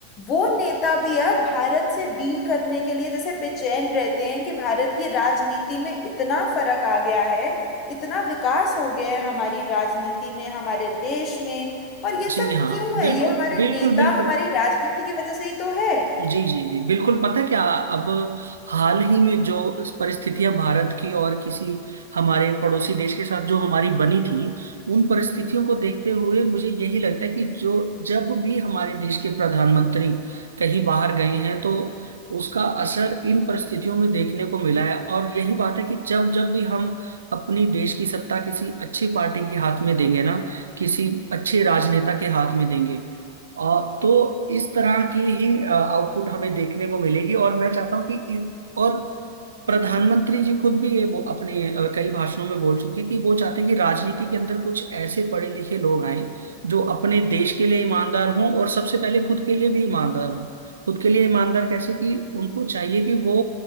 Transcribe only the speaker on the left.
वो नेता भी अब भारत से डील करने के लिए जैसे बेचैन रहते हैं कि भारत की राजनीति में इतना फर्क आ गया है इतना विकास हो गया है हमारी राजनीति में हमारे देश में और ये
सब
क्यों
है ये हमारे
नेता
हमारी राजनीति की वजह से ही तो है